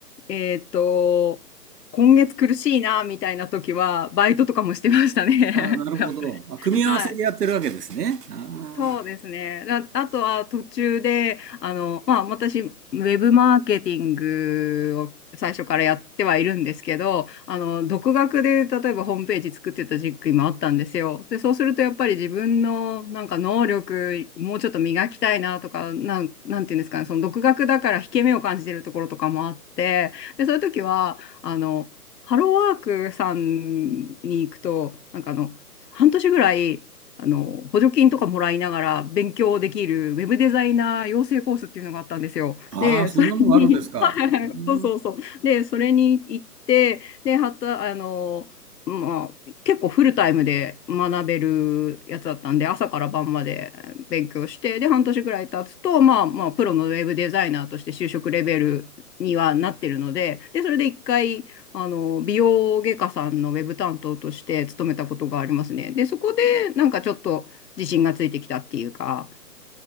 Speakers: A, on the left; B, on the right.
A: えっと、今月苦しいなみたいな時は、バイトとかもしてましたね。
B: ああ、なるほど。
A: <laughs> やっぱりはい。
B: あ、組み合わせでやってるわけですね。ああ。
A: そうですね。あ、あとは途中で、あの、まあ、私、ウェブマーケティングを最初からやってはいるんですけど、あの、独学で例えばホームページ作ってた時期もあったんですよ。で、そうするとやっぱり自分のなんか能力、もうちょっと磨きたいなとか、なん、なんていうんですかね、その独学だから引け目を感じてるところとかもあって、で、そういう時は、あの、ハローワークさんに行くと、なんかあの、半年ぐらい、あの、補助金とかもらいながら勉強できるウェブデザイナー養成コースっていうのがあったんですよ。
B: ああ、
A: で、
B: そんなのがあるんですか。
A: それに、<laughs> はい、
B: うん
A: そうそうそう。で、それに行って、で、はた、あの、まあ、結構フルタイムで学べるやつだったんで、朝から晩まで勉強して、で、半年ぐらい経つと、まあ、まあ、プロのウェブデザイナーとして就職レベルにはなってるので、で、それで一回、あの、美容外科さんのウェブ担当として勤めたことがありますね。で、そこで、なんかちょっと自信がついてきたっていうか、